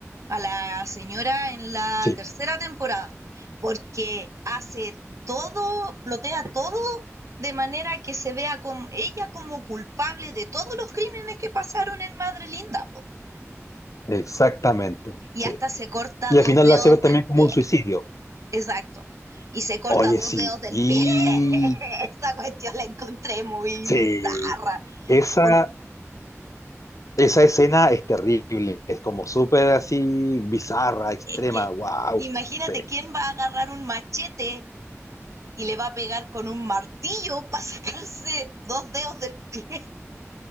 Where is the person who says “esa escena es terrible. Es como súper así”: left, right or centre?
Left